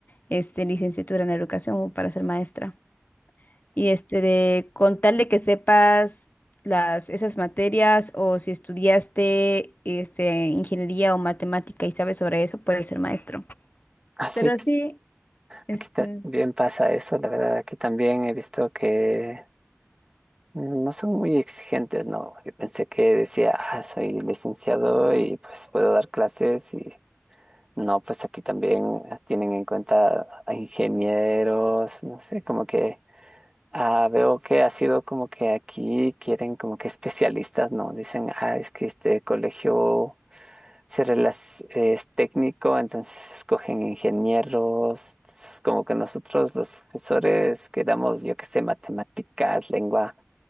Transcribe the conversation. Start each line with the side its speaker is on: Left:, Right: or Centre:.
Left: este, licenciatura en educación para ser maestra. Y este de con tal de que sepas las, esas materias o si estudiaste este, ingeniería o matemática y sabes sobre eso, puedes ser maestro.
Right: Así
Left: Pero sí, este,
Right: Aquí también pasa eso, la verdad, aquí también he visto que no son muy exigentes, ¿no? Yo pensé que decía, ah, soy licenciado y pues puedo dar clases y no, pues aquí también tienen en cuenta a ingenieros, no sé, como que ah, veo que ha sido como que aquí quieren como que especialistas, ¿no? Dicen, ah, es que este colegio se relac- es técnico, entonces escogen ingenieros. Entonces, como que nosotros los profesores que damos, yo que sé, matemáticas, lengua,